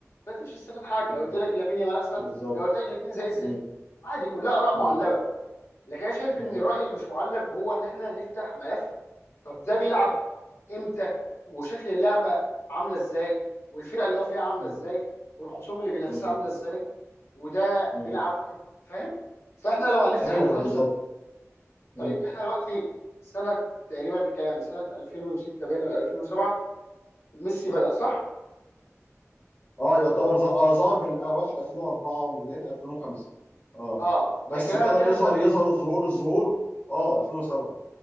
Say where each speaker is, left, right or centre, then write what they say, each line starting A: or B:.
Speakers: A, on the left (about 55°); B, on the left (about 30°).
A: فانت مش هتستفاد حاجه
B: مم.
A: لو قلت لك لامين يامال احسن
B: بالظبط
A: لو قلت لك الاثنين زي الزفت
B: مم.
A: عادي كلها اراء
B: مم.
A: معلبه لكن انا شايف
B: مم.
A: ان الراي اللي مش معلب هو ان احنا نفتح ملف طب ده بيلعب امتى وشكل اللعبه عامله ازاي والفرقه اللي هو فيها عامله
B: مم.
A: ازاي والخصوم اللي بينافسها
B: مم.
A: عامله ازاي وده
B: مم.
A: بيلعب امتى فاهم فاحنا لو هنفتح
B: ايوه
A: النقاش
B: بالظبط
A: ده طيب
B: مم.
A: احنا دلوقتي سنه تقريبا كام سنه 2006 باين ولا 2007 ميسي بدأ صح؟
B: اه يعتبر ظ- آه ظهر من اواخر 2004 وبدايه 2005 اه
A: اه لكن
B: بس ابتدى
A: انا بتكلم
B: يظهر
A: م-
B: يظهر الظهور الظهور اه 2007